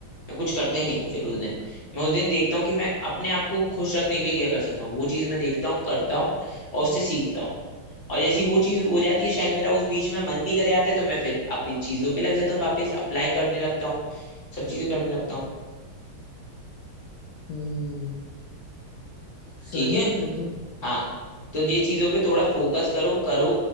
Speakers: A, on the left; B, on the left.
A: मैं कुछ करता ही नहीं
B: अच्छा
A: हूँ फिर उस दिन मैं उस दिन देखता हूँ कि मैं अपने आप को खुश रखने के लिए क्या कर सकता हूँ वो चीज़ मैं देखता हूँ करता हूँ और उससे सीखता हूँ और जैसी वो चीज़ हो जाती है शायद मेरा उस बीच में मन भी करे आता है तो मैं फिर अपनी चीज़ों पे लग जाता हूँ वापस अप्लाई करने लगता हूँ सब चीज़ें करने लगता हूँ
B: हम्म सही
A: ठीक है
B: है फिर तो
A: हाँ तो ये चीजों पे थोड़ा फोकस करो करो